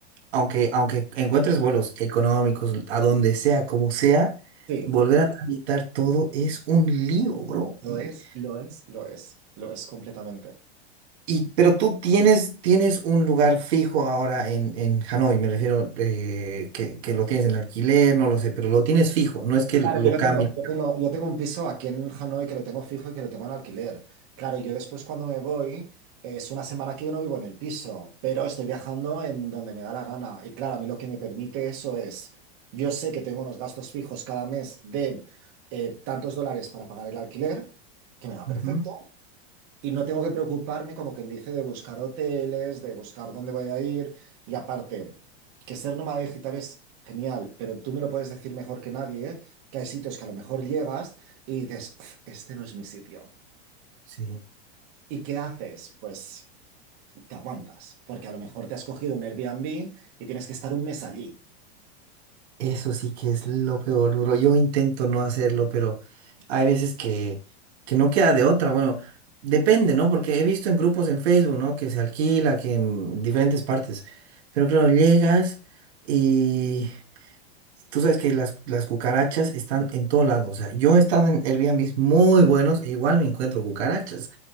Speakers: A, on the right; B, on the right.
A: aunque, aunque encuentres vuelos económicos, a donde sea, como sea,
B: Sí,
A: volver a tramitar todo es un lío, bro.
B: lo
A: Y
B: es, lo es, lo es, lo es completamente.
A: Y, pero tú tienes, tienes un lugar fijo ahora en, en Hanoi, me refiero eh, que, que lo tienes en alquiler, no lo sé, pero lo tienes fijo, no es que lo
B: Claro, yo lo
A: cambies.
B: tengo, yo tengo, yo tengo un piso aquí en Hanoi que lo tengo fijo y que lo tengo en alquiler. Claro, yo después cuando me voy, es una semana que yo no vivo en el piso, pero estoy viajando en donde me da la gana. Y claro, a mí lo que me permite eso es, yo sé que tengo unos gastos fijos cada mes de eh, tantos dólares para pagar el alquiler, que me va perfecto,
A: Ujú,
B: y no tengo que preocuparme, como quien dice, de buscar hoteles, de buscar dónde voy a ir. Y aparte, que ser nómada digital es genial, pero tú me lo puedes decir mejor que nadie, ¿eh? Que hay sitios que a lo mejor llegas y dices, "Uf, este no es mi sitio.
A: Sí.
B: ¿Y qué haces? Pues te aguantas, porque a lo mejor te has cogido un Airbnb y tienes que estar un mes allí.
A: Eso sí que es lo peor, bro. Yo intento no hacerlo, pero hay veces que, que no queda de otra. Bueno, depende, ¿no? Porque he visto en grupos en Facebook, ¿no? Que se alquila, que en diferentes partes. Pero claro, llegas y Tú sabes que las, las cucarachas están en todo lado. O sea, yo he estado en Airbnb muy buenos e igual me encuentro cucarachas.